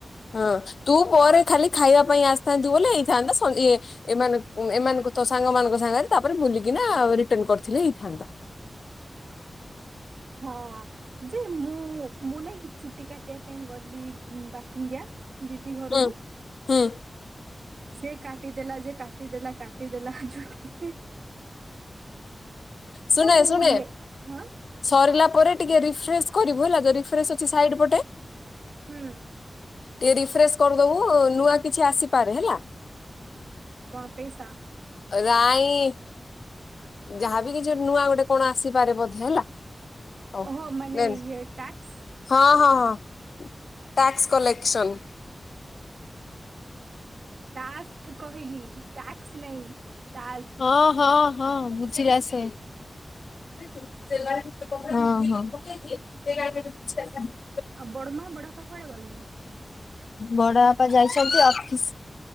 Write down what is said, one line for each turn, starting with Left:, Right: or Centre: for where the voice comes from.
Left: ହଁ ତୁ ପରେ ଖାଲି ଖାଇବା ପାଇଁ ଆସିଥାନ୍ତୁ ବୋଲେ ହେଇଥାନ୍ତା ସ ଇଏ ଏମାନ ଏମାନଙ୍କ ତ ସାଙ୍ଗ ମାନଙ୍କ ସାଙ୍ଗରେ ତାପରେ ବୁଲିକିନା ରିଟର୍ନ କରିଥିଲେ ହେଇଥାନ୍ତା।
Right: ହଁ ଅଁ। ଯେ ମୁଁ ମୁଁ ନାଇଁ କି ଛୁଟି କାଟିବା ପାଇଁ ଗଲି ବାକିଙ୍ଗିଆ ଦିଦି ଘରକୁ
Left: ହୁଁ ହୁଁ
Right: ସେ କାଟିଦେଲା ଯେ କାଟିଦେଲା କାଟିଦେଲା ଚୁ <unintelligible>
Left: ସୁଣ
Right: ମୁଁ
Left: ଏ ଶୁଣ ଏ
Right: ଲେ ହଁ
Left: ସରିଲା ପରେ ଟିକେ ରିଫ୍ରେସେ କରିବୁ ହେଲା ରିଫ୍ରେସେ ଅଛି ସାଇଡ ପଟେ
Right: ହୁଁ।
Left: ଟିକେ ରିଫ୍ରେେଶ କରିଦବୁ ନୂଆ କିଛି ଆସିପାରେ ହେଲା।
Right: କଣ ପଏସା
Left: ରାଇଁ ଯାହାବି କିଛି ଗୋଟେ ନୂଆ ଗୋଟେ କଣ ଆସିପାରେ ବୋଧ ହେଲା। ହଉ
Right: ଓହୋ ମାନେ
Left: ନେ
Right: ଇଏ
Left: ନେ
Right: ଟ୍ୟାକ୍ସ।
Left: ହଁ ହଁ ହଁ ଟ୍ୟାକ୍ସ କଲେକ୍ସନ।
Right: ଟାସ୍କ କହିଲି ଟ୍ୟାକ୍ସ ନାହିଁ ଟାସ୍କ
Left: ହଁ ହଁ ହଁ ବୁଝିଲାସେ। ହଁ ହଁ।
Right: ଆଉ ବଡମା ବଡ ବାପା କୁଆଡେ ଗଲେ?
Left: ବଡ ବାପା ଯାଇଛନ୍ତି ଅଫିସ